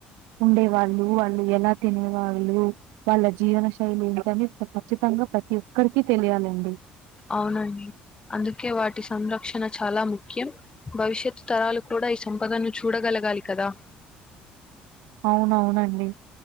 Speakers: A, on the right; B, on the left.
A: ఉండే వాళ్ళు వాళ్ళు ఎలా తినే వాళ్ళు వాళ్ళ జీవన శైలి ఏంటని చ్చితంగా ప్రతి ఒక్కరికి తెలియాలండి
B: అవునండి అందుకే వాటి సంరక్షణ చాలా ముఖ్యం భవిష్యత్ తరాలు కూడా ఈ సంపదను చూడగల గలికదా
A: అవునవునండి